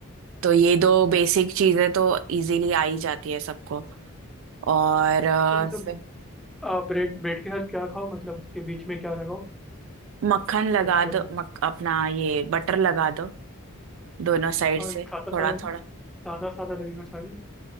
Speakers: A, on the right; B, in the centre.
A: तो ये दो बेसिक चीजें तो इजीली आ ही जाती है सबको और अ,
B: अच्छा मतलब
A: फिर
B: आ, ब्रेड ब्रेड के साथ क्या खाओ मतलब उसके बीच में क्या लगाओ
A: मक्खन लगा
B: टोस्टर
A: दो
B: में
A: मक, अपना ये बटर लगा दो दोनों साइड
B: और
A: से
B: सादा
A: थोड़ा
B: सादा
A: थोड़ा
B: सादा सादा लगेगा शायद